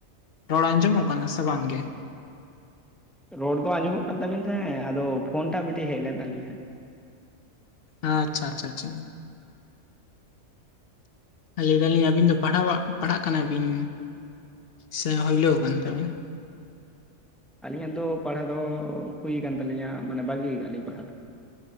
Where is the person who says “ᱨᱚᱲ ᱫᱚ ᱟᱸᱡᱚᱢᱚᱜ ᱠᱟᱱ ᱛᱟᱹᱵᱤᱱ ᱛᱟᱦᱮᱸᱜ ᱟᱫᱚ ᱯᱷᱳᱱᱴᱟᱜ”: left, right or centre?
Centre